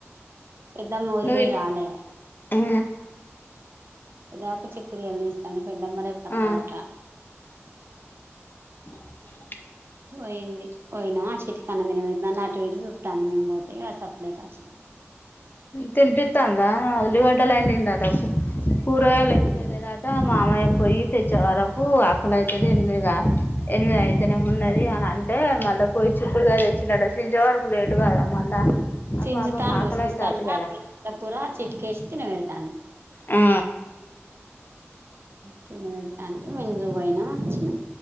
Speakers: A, on the right; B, on the left.
A: పెద్దమ్మ ఊరికి
B: నువ్వు
A: పోయి రావాలే
B: ఇ
A: లేత చికుడు కాయలు తీస పెద్ పెద్దమ్మ రేపు వస్తాదట్ట
B: ఆ అ
A: పోయింది పోయినా చెటి కన్నిన అటు విడిాం పోతాయి అసప్పుడే కచ్చిన
B: తినిపిస్తాదా అందా పలి వడ్డల అట కూరగాయలు ఏం తెలేదట మామయ్య పోయి తెచ్చే వరకు అక్కలయితే ఎనిమిదిగా ఎనిమిది అయితేనే ఉన్నది అని అంటే మళ్ళా పోయి చుకుడుగా తెచ్చినట చించే వరకు లేటు కాదా మళ్ళా
A: సిజి
B: ఆ పాపకు
A: తాండు
B: ఆకలి అయితాంది
A: తనా
B: కదా
A: కూర చిట్కేసి తిన పెడతాంది
B: ఆ
A: తినబెడత అంటే విందుపోయినా వచ్చిన